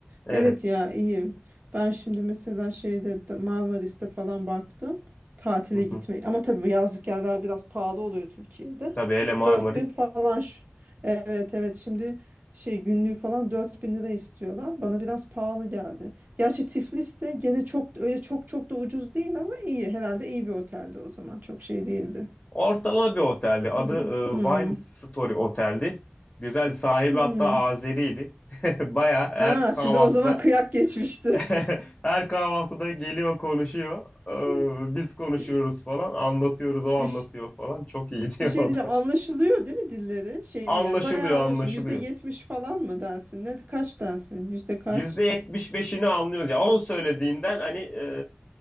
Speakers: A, on the left (about 25°); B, on the right (about 45°).
A: Evet.
B: Evet ya iyi. Ben şimdi mesela şeyde de- Marmaris'te falan baktım. Tatile
A: Hı hı.
B: gitmeyi. Ama tabii bu yazlık yerler biraz pahalı oluyor Türkiye'de.
A: Tabii hele Marmaris.
B: dört bin falan. ş- Evet evet şimdi şey günlüğü falan 4000 lira istiyorlar. Bana biraz pahalı geldi. Gerçi Tiflis de gene çok öyle çok çok da ucuz değil ama iyi. Herhalde iyi bir otelde o zaman. Çok şey değildi.
A: Ortalama bir oteldi. Adı
B: Güzel.
A: e,
B: Hmm.
A: Wine Story Otel'di. Güzel sahibi
B: Hmm.
A: hatta Azeriydi. <laughs> Baya her
B: Ha,
A: kahvaltıda
B: size o zaman kıyak geçmişti.
A: <laughs> her kahvaltıda geliyor konuşuyor.
B: <laughs>
A: E, biz konuşuyoruz
B: Bir,
A: falan. Anlatıyoruz o anlatıyor
B: bir,
A: falan. Çok iyi <laughs> diyor
B: bir şey
A: o
B: diyeceğim.
A: da.
B: Anlaşılıyor değil mi dilleri? Şey
A: Anlaşılıyor
B: değil yani. Bayağı anlıyorsun.
A: anlaşılıyor.
B: Yüzde yetmiş falan mı dersin? Ne, kaç dersin? Yüzde kaç?
A: %75'ini anlıyoruz. Ya On söylediğinden hani e,